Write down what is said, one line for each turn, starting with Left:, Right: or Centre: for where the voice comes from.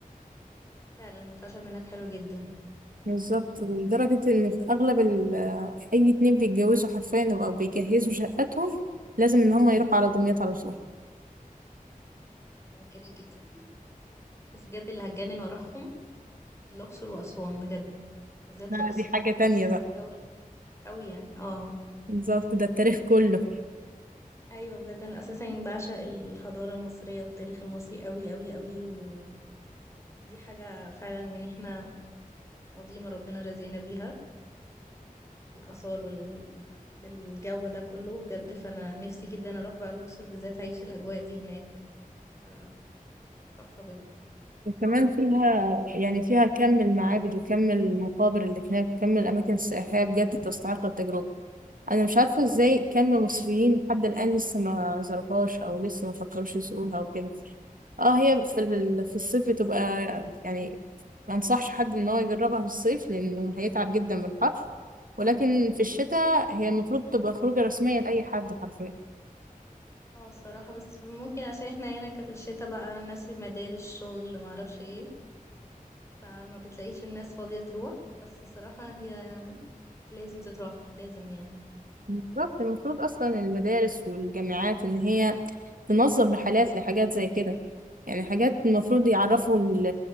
Left: فعلا والخشب هناك حلو جدا
Right: بالظبط لدرجة ان في اغلب ال... اي اتنين بيتجوزوا حرفيا او بيجهزوا شقتهم لازم ان هم يروحوا على دمياط على طول
Left: ده كده كده بس بجد اللي هتجنن واروحهم الاقصر واسوان بجد بالذات
Right: لا،
Left: الاقصر
Right: دي حاجة تانية
Left: نفسي
Right: بقى
Left: قوي قوي يعني اه
Right: بالظبط ده التاريخ كله
Left: ايوه بجد انا اساسا بعشق الحضاره المصريه والتاريخ المصري قوي قوي قوي ودي حاجه فعلا يعني احنا عظيمه ربنا رزقنا بيها الاثار وال الجو ده كله بجد فانا نفسي جدا اروح بقى الاقصر بالذات اعيش الاجواء دي هناك ف- تحفه بجد
Right: وكمان فيها يعني فيها كم المعابد وكم المقابر اللي هناك وكم الأماكن السياحية بجد تستحق التجربة أنا مش عارفة إزاي كم مصريين لحد الآن لسه ما زاروهاش أو لسه ما فكروش يزوروها أو كده اه هي في ال- في الصيف بتبقى يعني ما انصحش حد ان هو يجربها في الصيف لانه هيتعب جدا من الحر ولكن في الشتاء هي المفروض تبقى خروجة رسمية لأي حد حرفيا
Left: اه الصراحه بس ممكن عشان احنا هنا كفي الشتا بقى الناس مدارس شغل ما اعرفش ايه فما بتلاقيش الناس فاضيه تروح بس الصراحه هي لازم تتراح لازم يعني
Right: بالظبط المفروض اصلا المدارس والجامعات ان هي تنظم رحلات لحاجات زي كده يعني حاجات المفروض يعرفوا ال-